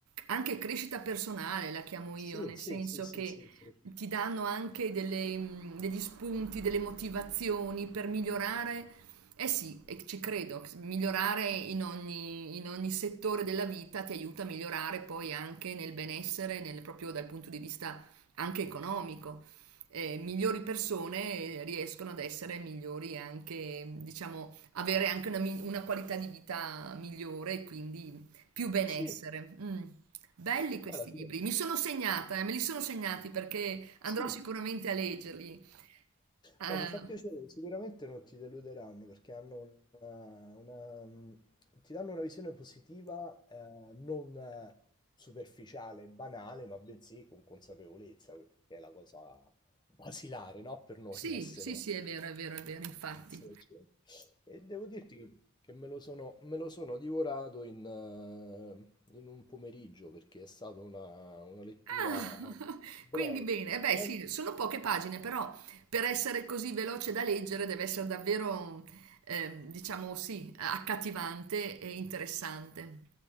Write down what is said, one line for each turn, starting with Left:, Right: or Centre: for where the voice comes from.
Right: anche crescita personale, la chiamo
Left: sì,
Right: io, nel
Left: sì,
Right: senso
Left: sì, sì,
Right: che
Left: sì, sì,
Right: ti danno anche delle, mh, degli spunti, delle motivazioni per migliorare. Eh sì, e ci credo, migliorare in ogni, in ogni settore della vita ti aiuta a migliorare poi anche nel benessere, nel- proprio dal punto di vista anche economico. eh, migliori persone eh, riescono ad essere migliori e anche, diciamo, avere anche una, mi- una qualità di vita migliore e quindi più benessere.
Left: Sì,
Right: Mm. Belli
Left: perché
Right: questi
Left: poi alla fine,
Right: libri, mi sono segnata, eh, me li sono segnati perché andrò
Left: sì,
Right: sicuramente a leggerli. Eh,
Left: Beh, mi fa piacere, sicuramente non ti deluderanno perché hanno una, una, mh, ti danno una visione positiva, eh, non eh, superficiale, banale, ma bensì con consapevolezza, che è la cosa basilare, no? Per noi
Right: sì,
Left: essere,
Right: sì, sì, è vero, è vero, è vero, infatti.
Left: essere gente. E devo dirti che, che me lo sono, me lo sono divorato in, eh, in un pomeriggio perché è stata una, una lettura
Right: Ah,
Left: eh,
Right: <laughs>
Left: breve.
Right: quindi bene. Eh beh,
Left: Eh,
Right: sì, sono poche pagine, però per essere così veloce da leggere deve essere davvero, ehm, diciamo sì, accattivante e interessante.